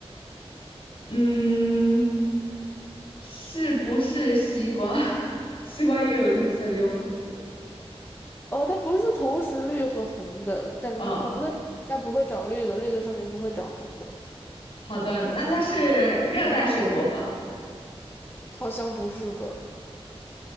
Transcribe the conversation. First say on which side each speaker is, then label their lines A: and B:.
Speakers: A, on the left; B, on the left.
A: 嗯，是不是西瓜？<laughs> 西瓜也有绿色，也有红色。
B: 哦，它不是同时绿和红的，感觉红的应该不会长绿的，
A: 哦，
B: 绿的上面不会长红的，
A: 好的，那它是热带水果吧？
B: 好像不是吧？